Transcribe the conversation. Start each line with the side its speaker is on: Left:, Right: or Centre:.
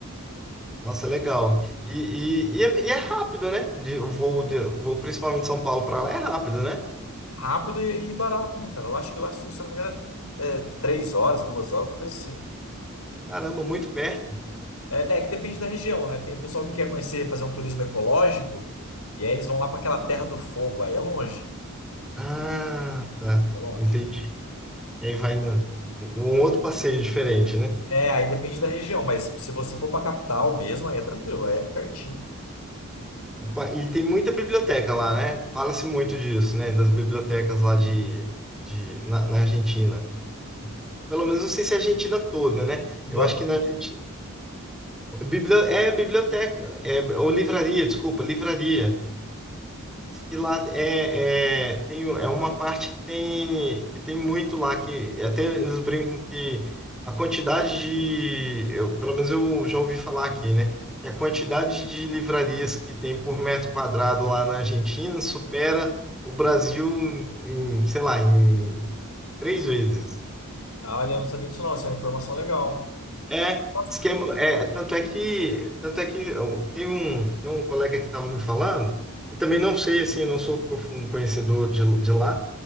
Centre: Nossa, é legal. E, e, e, é, e é rápido, né? De, o voo, de, voo principalmente de São Paulo para lá é rápido, né?
Left: Rápido e, e barato, né, cara? Eu acho que lá, se eu não me engano, é é três horas, duas horas, uma coisa assim.
Centre: Caramba, muito perto.
Left: É, é que depende da região, né? Tem pessoal que quer conhecer, fazer um turismo ecológico, e aí eles vão lá pra aquela Terra do Fogo. Aí é longe,
Centre: Ah, tá.
Left: é longe.
Centre: Entendi. E aí vai no, um outro passeio diferente, né?
Left: É, aí depende da região, mas se você for pra capital mesmo, aí é tranquilo, aí é pertinho.
Centre: Opa, E tem muita biblioteca lá, né? Fala-se muito disso, né? Das bibliotecas lá de, de, na na Argentina. Pelo menos não sei se é a Argentina toda, né?
Left: Biblioteca?
Centre: Eu acho que na Argentina Bibli- É biblioteca, é, ou livraria, desculpa, livraria. Que lá é, é, tem, é uma parte que tem, que tem muito lá, que até eles brincam que a quantidade de, eu, pelo menos eu já ouvi falar aqui, né? Que a quantidade de livrarias que tem por metro quadrado lá na Argentina supera o Brasil em, em, sei lá, em três vezes.
Left: Ah, Olha, eu não sabia disso não, isso é uma informação legal.
Centre: É,
Left: Nossa,
Centre: diz que é, mo- é, tanto é que, tanto é que eu- tem um, tem um colega que estava me falando, eu também não sei, assim, eu não sou profundo conhecedor de, de lá,